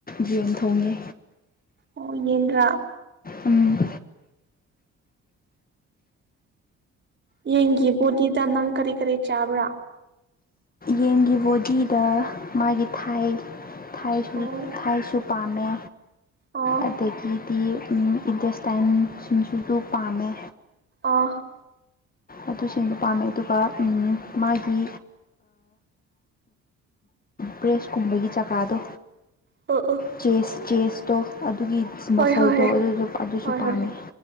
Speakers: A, on the left; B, on the right.
A: ꯌꯦꯟ ꯊꯣꯡꯉꯦ
B: ꯑꯣꯌꯦꯟ꯭ꯔꯥ
A: ꯎꯝ
B: ꯌꯦꯡꯒꯤ ꯕꯣꯗꯤꯗ ꯅꯪ ꯀꯔꯤ ꯀꯔꯤ ꯆꯥꯕ꯭ꯔꯥ
A: ꯌꯦꯟꯒꯤ ꯕꯣꯗꯤꯗ ꯃꯥꯒꯤ ꯊꯥꯏ ꯊꯥꯏꯁꯨ
B: ꯑꯣ
A: ꯊꯥꯏꯁꯨ ꯄꯥꯝꯃꯦ
B: ꯑꯣ
A: ꯑꯗꯒꯤꯗꯤ ꯏꯟꯗꯁꯇꯥꯏꯟꯁꯤꯡꯁꯤꯁꯨ ꯄꯥꯝꯃꯦ
B: ꯑ
A: ꯑꯗꯨꯁꯤꯡꯗꯨꯣ ꯄꯥꯝꯃꯦ ꯑꯗꯨꯒ ꯃꯥꯒꯤ ꯕ꯭ꯔꯦꯁꯀꯨꯝꯕꯒꯤ ꯆꯀꯥꯗꯣ
B: ꯑꯣ ꯑꯣ
A: ꯆꯦꯁ ꯆꯦꯁꯇꯣ ꯑꯗꯨꯒꯤ
B: ꯍꯣꯏ
A: ꯃꯁꯜꯗꯣ
B: ꯍꯣꯏ ꯍꯣꯏ
A: ꯑꯗꯨꯗ ꯑꯗꯨꯁꯨ
B: ꯍꯣꯏ
A: ꯄꯥꯝꯃꯦ
B: ꯍꯣꯏ